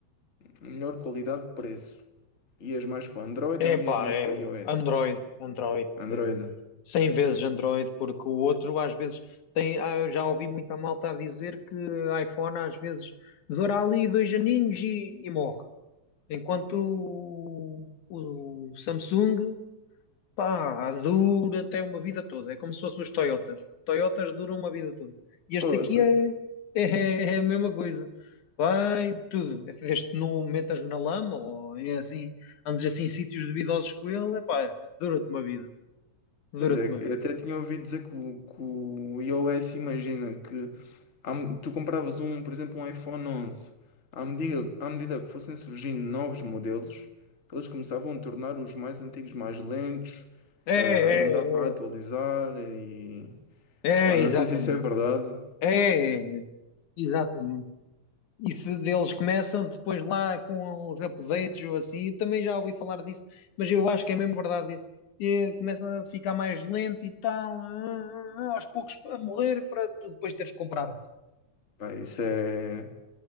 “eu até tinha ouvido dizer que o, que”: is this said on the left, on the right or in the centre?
Left